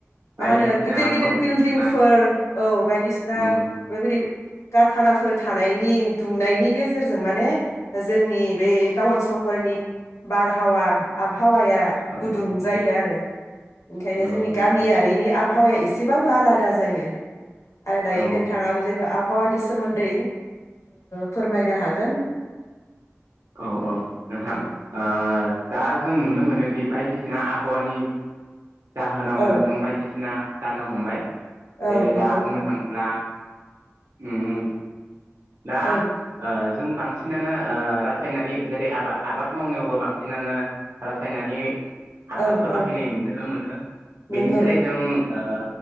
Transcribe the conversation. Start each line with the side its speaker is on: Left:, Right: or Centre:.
Left: मा
Right: बायदिसिना
Left: होनो गिदिर गिदिर
Right: कलकारखाना
Left: बिल्डिंफोर औ बायदिसिना
Right: नंगौ
Left: बेबायदि कारखानाफोर थानायनि दुंनायनि गेजेरजों माने जोंनि बे टाउन सहर फोरनि बारहावा आबहावा आबहावाया
Right: औ
Left: गुदुं
Right: औ नंगौ
Left: जायो आरो ओंखायनो
Right: नंगौ
Left: जोंनि
Right: नंगौ
Left: गामियारिनि आबहाव एसेबो आलादा जायो आरो दायो
Right: औ
Left: नोंथाङाबो जेबा आबहावा आबहावानि सोमोन्दै फोरमायनो हागोन।
Right: औ औ नोंथां
Left: औ
Right: ओ दा जों नुनो मोनोदि बायदिसिना आबहावानि जाहोनावनो
Left: औ
Right: जों बायदिसिना जानो हमबाय जेरै
Left: औ नंगौ
Right: दा बुंनो थाङोब्ला। ओम- ओम दा
Left: औ
Right: ओ जों बांसिनानो ओ। रासायनारि जेरै आब आबाद मावनायावबो बांसिनानो रासायनारि। हासारफोर
Left: औ औ
Right: बाहायनाय नुनो मोनो, बेनि
Left: नंगौ
Right: सोलाय जों ओ